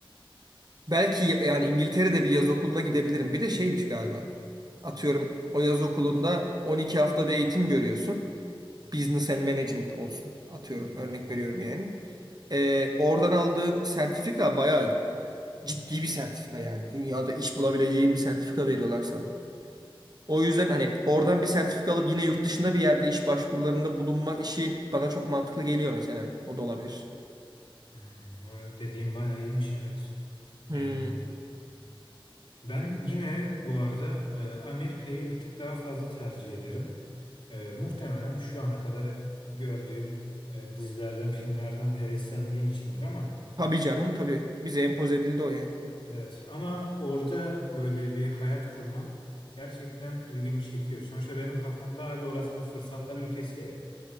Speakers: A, on the right (about 45°); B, on the left (about 85°).
A: Belki ya- yani İngiltere'de bir yaz okuluna gidebilirim. Bir de şeymiş galiba. Atıyorum o yaz okulunda 12 hafta bir eğitim görüyorsun. Business and Management olsun. Atıyorum
B: Hı hı.
A: örnek veriyorum yani. Ee, oradan aldığın sertifika bayağı ciddi bir sertifika yani. Dünyada iş bulabileceğin bir sertifika veriyorlar sana. O yüzden hani oradan bir sertifika alıp yine yurt dışında bir yerde iş başvurularında bulunma işi bana çok mantıklı geliyor mesela. O da olabilir.
B: Hmm, o dediğim bayağı iyiymiş evet. Yani
A: Hmm.
B: Ben yine bu arada e, Amerika'yı bir tık daha fazla tercih ederim. E, muhtemelen şu ana kadar hep gördüğüm e, dizilerden, filmlerden heveslendiğim içindir ama
A: Tabii canım tabii. Bize empoze edildi o yani.
B: evet ama orada böyle bir hayat kurmak gerçekten ilgimi çekiyor. Sonuçta benim kafamda hala orası bir fırsatlar ülkesi ya.